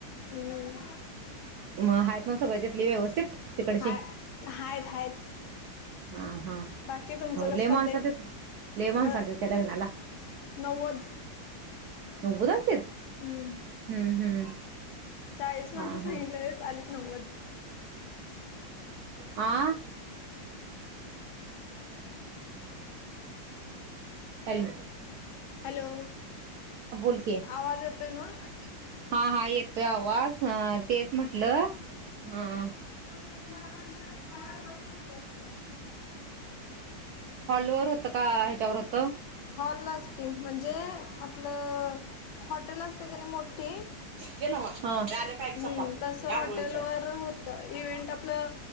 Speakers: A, on the left (about 85°); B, on the right (about 75°).
A: हम्म
B: मग आहेत ना सगळे तिथली व्यवस्थित तिकडची?
A: हाय हायत हायत
B: हां हां
A: बाकी तुमचं
B: हो
A: कसं
B: लई
A: चाललंय
B: माणसं अलतीत लई माणसं
A: व
B: अलतीती का लग्नाला
A: नव्वद
B: नव्बोद अलतीत.
A: हम्म
B: हम्म हम्म
A: चाळीस माणसं
B: हा
A: सांग
B: हा
A: सांगितलेलीत आलीत नव्वद.
B: आ <unintelligible> एल
A: हॅलो
B: बोल की
A: आवाज येतोय ना
B: <unintelligible> हां हां येतोय आवाज. हां तेच म्हटलं हां
A: <unintelligible>
B: हॉलवर होत का ह्याच्यावर होत
A: हॉल लाच की म्हणजे आपलं हॉटेलच ते असतय कणी मोठ ते
B: ते नव्ह हा. झाले काय
A: हम्म
B: चपात हे
A: तसं
B: आंघोळीच
A: हॉटेल
B: आहे
A: वर होत इव्हेंट आपलं